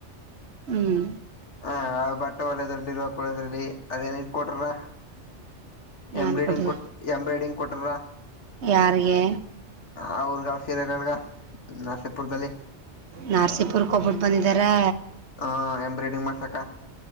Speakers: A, on the right (about 65°); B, on the left (about 70°).
A: ಹ್ಮ್
B: ಹ ಬಟ್ಟೆ ಹೊಲೆದ್ರಲ್ಲಿ ಇರುವ ಕೊಳೆದಲ್ಲಿ ಅದೇನ ಏನ ಕೊಟ್ಟಾರ ಎಂಬ್ರಾಯ್ಡಿಂಗ್
A: ಏನ್ ಕೊಟ್ಟಿದ
B: ಕೊಟ್ಟ ಎಂಬ್ರಾಯ್ಡಿಂಗ್ ಕೊಟ್ಟಾರ
A: ಯಾರಿಗೆ
B: ಅವ್ರದ ಅವರ ಸೀರೆಗಳ ನರಸಿಪುರದಲ್ಲಿ
A: ನರಸೀಪುರಕ್ಕೆ ಹೋಗಿ ಬಂದ್ಬಿಟ್ಟಿದ್ದಾರೆ
B: ಹಾ ಎಂಬ್ರಾಯ್ಡಿಂಗ್ ಮಾಡ್ಸಕ